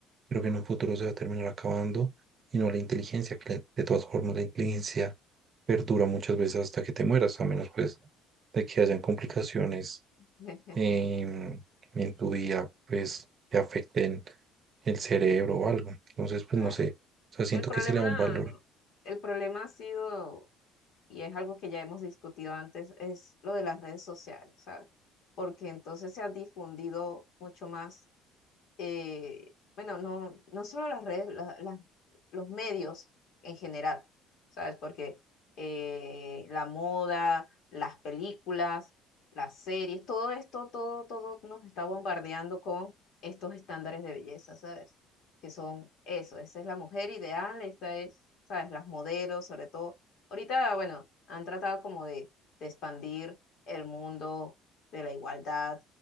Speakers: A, on the right (about 45°); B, on the left (about 60°).
A: pero que en un futuro se va a terminar acabando, y no la inteligencia, que la- de todas formas la inteligencia perdura muchas veces hasta que te mueras, a menos pues de que hayan complicaciones
B: <laughs>
A: em, en tu vida, pues te afecten el cerebro o algo. Entonces, pues
B: claro.
A: no sé, o sea, siento
B: El problema,
A: que se le da un valor.
B: el problema ha sido y es algo que ya hemos discutido antes, es lo de las redes sociales, ¿sabes? Porque entonces se ha difundido mucho más eh, bueno, no, no solo las redes, la- la- los medios en general, ¿sabes? Porque eh, la moda, las películas, las series, todo esto, todo, todo nos está bombardeando con estos estándares de belleza, ¿sabes? Que son eso, esa es la mujer ideal, esta es, ¿sabes? Las modelos, sobre todo. Ahorita, bueno, han tratado como de, de expandir el mundo de la igualdad